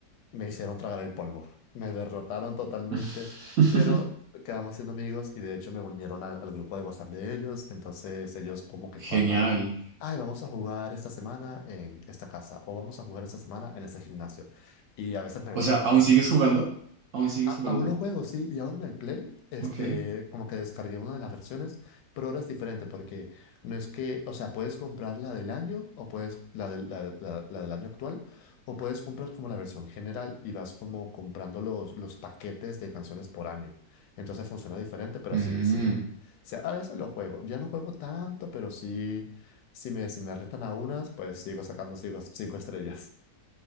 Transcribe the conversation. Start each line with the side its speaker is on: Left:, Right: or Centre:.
Left: me hicieron tragar el polvo. Me derrotaron totalmente,
Right: <laughs>
Left: pero quedamos siendo amigos y de hecho me unieron al, al grupo de WhatsApp de ellos. Entonces ellos como que
Right: Genial.
Left: cuadran, ay, vamos a jugar esta semana en esta casa o vamos a jugar esta semana en este gimnasio. Y a veces me
Right: O
Left: uno,
Right: sea, ¿aún
Left: a veces
Right: sigues
Left: no.
Right: jugando? ¿Aún sigues
Left: A-
Right: jugando?
Left: aún lo juego, sí, y ahora en el Play, este,
Right: Ok.
Left: como que descargué una de las versiones, pero ahora es diferente porque no es que, o sea, puedes comprar la del año o puedes, la, del- la, la- la del año actual, o puedes comprar como la versión general y vas como comprando los, los paquetes de canciones por año. Entonces funciona diferente, pero
Right: Mm.
Left: sí, sí, o sea, a veces lo juego. Ya no juego tanto, pero sí, si me, si me retan a unas, pues sigo sacando cinco, cinco estrellas.